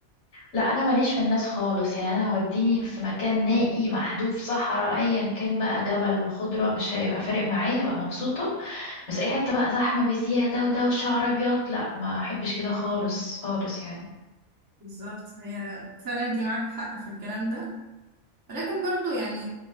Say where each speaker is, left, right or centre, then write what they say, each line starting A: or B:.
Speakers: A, on the left; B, on the right.
A: لا انا ماليش في الناس خالص يعني انا وديني في مكان نائي محذوف صحراء ايا كان بقى جبل خضرة مش هيبقى فارق معايا هبقى مبسوطة بس اي حتة بقى زحمة بزيادة ودوشة عربيات لا ما احبش كده خالص خالص يعني
B: بالظبط هي فعلا انت معاك حق في الكلام ده ولكن برضو يعني